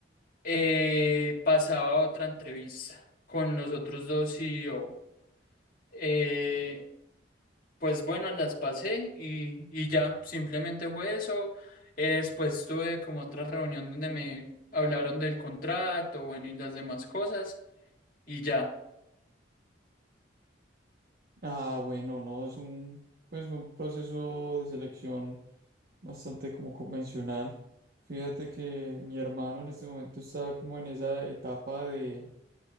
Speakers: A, on the left; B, on the right.
A: eh, pasaba a otra entrevista con los otros dos CEO. Eh, pues bueno, las pasé y, y ya, simplemente fue eso. Eh, después tuve como otra reunión donde me hablaron del contrato, bueno, y las demás cosas y ya.
B: Ah, bueno, no, es un, pues fue un proceso de selección bastante como convencional. Fíjate que mi hermano en este momento está como en esa etapa de,